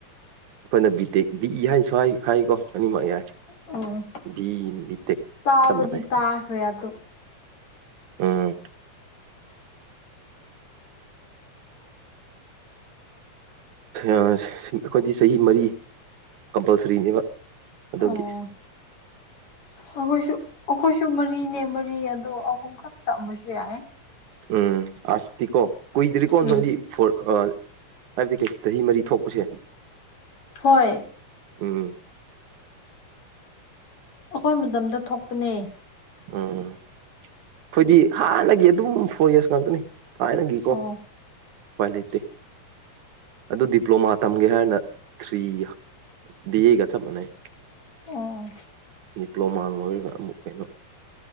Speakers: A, on the right (about 75°); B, on the left (about 50°).
A: ꯑꯩꯈꯣꯏꯅ ꯕꯤ ꯇꯦꯛ ꯕꯤ ꯏ ꯍꯥꯏꯅꯁꯨ ꯍꯥꯏ ꯍꯥꯏꯀꯣ ꯑꯅꯤꯃꯛ ꯌꯥꯏ
B: ꯑꯣ
A: ꯕꯤ ꯏ ꯕꯤꯇꯦꯛ
B: ꯇꯥꯕꯗꯤ
A: ꯆꯞ ꯃꯥꯟꯅꯩ
B: ꯇꯥꯈ꯭ꯔꯦ ꯑꯗꯣ
A: ꯎꯝ ꯑꯩꯈꯣꯏꯗꯤ ꯆꯍꯤ ꯃꯔꯤ ꯀꯝꯄꯜꯁꯔꯤꯅꯦꯕ ꯑꯗꯨꯒꯤ
B: ꯑꯣ ꯑꯩꯈꯣꯏꯁꯨ ꯑꯩꯈꯣꯏꯁꯨ ꯃꯔꯤꯅꯦ ꯃꯔꯤ ꯑꯗꯣ ꯑꯍꯨꯝꯈꯛ ꯇꯝꯕꯁꯨ ꯌꯥꯏ
A: ꯎꯝ ꯑꯔꯁꯇꯤ ꯀꯣ ꯀꯨꯏꯗꯔꯤ ꯀꯣ
B: ꯎꯝ
A: ꯅꯣꯏꯗꯤ ꯐꯣꯜ ꯑ ꯍꯥꯏꯕꯗꯤ ꯆꯍꯤ ꯃꯔꯤ ꯊꯣꯛꯄꯁꯦ
B: ꯍꯣꯏ
A: ꯎꯝ
B: ꯑꯩꯈꯣꯏ ꯃꯇꯝꯗ ꯊꯣꯛꯄꯅꯦ
A: ꯎꯝ ꯑꯩꯈꯣꯏꯗꯤ ꯍꯥꯟꯅꯒꯤ ꯑꯗꯨꯝ ꯐꯣꯔ ꯌꯔꯁ ꯉꯥꯛꯇꯅꯤ ꯊꯥꯏ ꯅꯪꯒꯤꯀꯣ
B: ꯑꯣ
A: ꯎꯄꯥꯏ ꯂꯩꯇꯦ ꯑꯗꯨ ꯗꯤꯄ꯭ꯂꯣꯃꯥ ꯇꯝꯒꯦ ꯍꯥꯏꯔꯅ ꯊ꯭ꯔꯤ ꯕꯤ ꯑꯦꯒ ꯆꯞ ꯃꯥꯟꯅꯩ
B: ꯑꯣ
A: ꯗꯤꯄ꯭ꯂꯣꯃꯥ ꯂꯣꯏꯔꯒ ꯑꯃꯨꯛ ꯀꯩꯅꯣ